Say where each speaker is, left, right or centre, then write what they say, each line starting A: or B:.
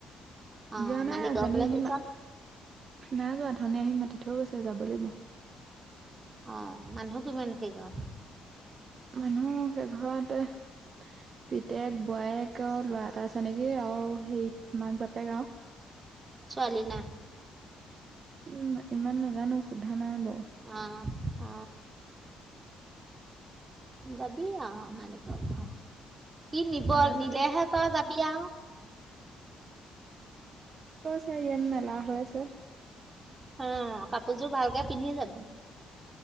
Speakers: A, on the right (about 25°); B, on the right (about 40°).
A: অ
B: যোৱা নাই
A: মালিক
B: অথনি
A: ঘৰলে
B: আহি
A: গৈছা নাই
B: নাই যোৱা ধনী আহি মাতি থৈ গৈছে যাব লাগিব।
A: অ মানুহ কিমান সেই ঘৰ
B: মানুহ সেইঘৰতে পিতেক বোৱায়েকৰ ল'ৰা এটা তেনেকে আৰু সেই মাক বাপেক আও
A: ছোৱালী না
B: উম ইমান নাজানো সোধা নাই বাওঁ
A: অ অ যাবি আও মালিকৰ ঘৰ সি নিব
B: যাব
A: নিলেহে
B: লাগিব।
A: তই যাবি আও
B: সেইয়াত মেলা হৈ আছে।
A: অ কাপোৰযোৰ ভালকে পিন্ধি যাবি